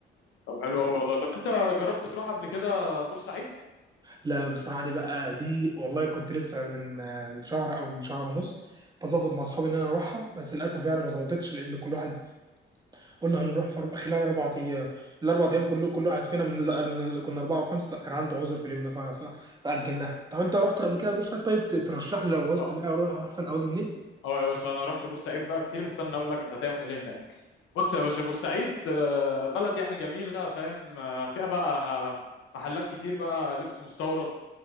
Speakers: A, on the left (about 80°); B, on the right (about 20°).
A: طب حلو قوي والله طب انت جربت تروح قبل كده بورسعيد
B: لا بصراحة دي بقى دي والله كنت لسه من من شهر أو من شهر ونص بظبط مع أصحابي إن أنا أروحها بس للأسف يعني ما ظبطتش لأن كل واحد قلنا هنروح في أربع- خلال أربع أيام الأربع أيام كله كل واحد فينا من, ال- من ال- كنا أربعة وخمسة كان عنده عذر في اليوم ده ف- ف- فأجلناها طب أنت رحت قبل كده بورسعيد طيب ت- ترشح لي لو عوزت
A: اه
B: بقى أروح أروح فين أو أجي منين؟
A: اه يا باشا انا رحت بورسعيد بقى كتير استنى اقول لك انت هتعمل ايه هناك بص يا باشا بورسعيد آه، بلد يعني جميله فاهم آه، فيها بقى محلات كتير بقى لبس مستورد